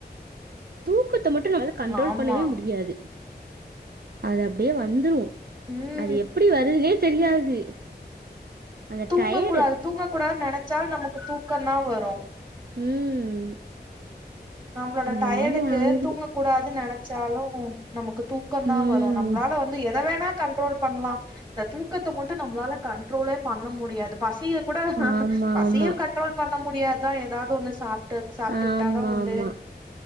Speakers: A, on the right; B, on the right.
A: தூக்கத்தை மட்டும் நம்மளால கண்ட்ரோல்
B: ஆமா
A: பண்ணவே முடியாது அது அப்டியே வந்துடும்
B: ம்
A: அது எப்டி வருதுனே தெரியாது அந்த
B: தூங்கக்கூடாது
A: டயர்டு.
B: தூங்கக்கூடாதுன்னு நினைச்சா நமக்கு தூக்கம் தான் வரு
A: ம்
B: நம்மளோட
A: அந்த
B: டய்டுக்கு
A: மாரி ஆயிரும்.
B: தூங்க கூடாது நினைச்சாலும் நமக்கு தூக்கம் தான்
A: ம்.
B: வரும் நம்மளால வந்து எத வேணா கன் ரோல்பன்லாம் இந்த தூக்கத்த மட்டும் நம்மளால கண்ட்ரோலே பண்ண முடியாது பசி ய கூட
A: ஆமா,
B: பசியும்
A: ஆமா.
B: கண்ட்ரோல் பண்ண முடியாதுதான் ஏதாவது ஒண்ணு சாப்ப சாப்பிட்டுக்கிட்டாதான்
A: ஆமாமா.
B: உண்